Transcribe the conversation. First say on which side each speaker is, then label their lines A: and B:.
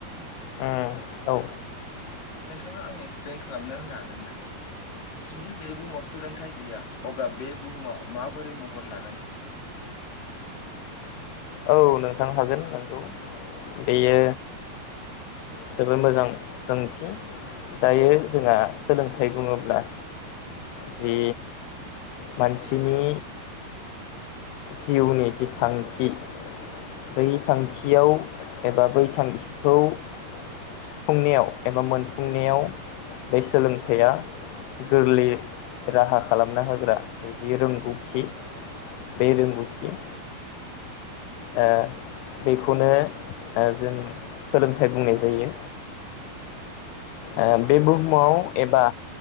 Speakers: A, on the left; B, on the left.
A: उम औ
B: नोंथाङा आंनो एक्सप्लइेन खालामना होनो हागोन ना? जुदि बे बुहुमाव सोलोंथाइ गैया अब्ला बे बुहुमाव माबोरै महर लागोन
A: औ नोंथां हागोन नोंगौ बेयो जोबोद मोजां सोंथि दायो जोंहा सोलोंथाइ बुङोब्ला जे मानसिनि जिउनि जि थांखि बै थांखियाव एबा बै थांखिखौ सुफुंनायाव एबा मोनफुंनायाव बे सोलोंथाइया गोरलैयै राहा खालामना होग्रा जि रोंगौथि बे रोंगौथि ओ बेखौनो ओ जों सोलोंथाइ बुंनाय जायो। ओ बे बुहुमाव एबा